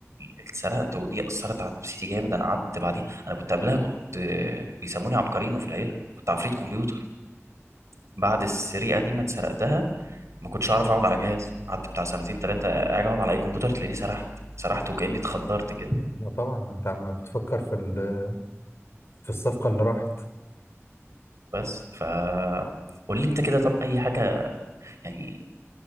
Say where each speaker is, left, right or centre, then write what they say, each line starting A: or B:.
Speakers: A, on the right (about 75°); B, on the left (about 60°).
A: اتسرقت ودي اثرت على نفسيتي جامد انا قعدت بعديها انا كنت قبلها كنت آه، بيسموني عبقرينو في العيله كنت عفريت كمبيوتر بعد السرقه دي ما اتسرقتها ما كنتش اعرف اقعد على جهاز قعدت بتاع سنتين ثلاثه اجي اقعد على اي كمبيوتر تلاقيني سرحت سرحت وكاني اتخدرت كده
B: ما طبعا انت عم بتفكر في ال- في الصفقه اللي راحت
A: بس ف قول لي انت كده طب اي حاجه يعني